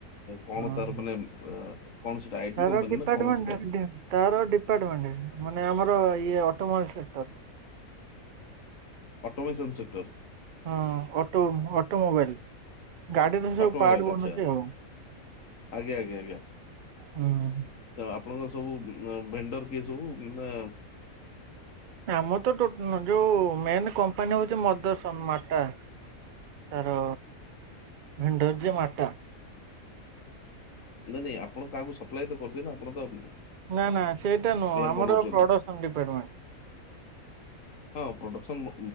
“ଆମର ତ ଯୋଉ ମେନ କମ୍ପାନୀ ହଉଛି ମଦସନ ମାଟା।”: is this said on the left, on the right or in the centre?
Right